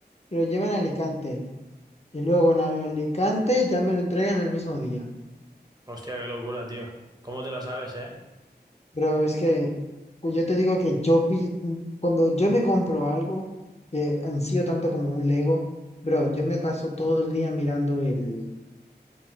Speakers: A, on the left; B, on the right.
A: y lo llevan a Alicante. Y luego en Alicante ya me lo entregan el mismo día.
B: Hostia, qué locura, tío. ¿Cómo te la sabes, eh?
A: Bro, es que pues, yo te digo que yo vi, mm, cuando yo me compro algo, que han sido tanto como un Lego, bro, yo me paso todo el día mirando el,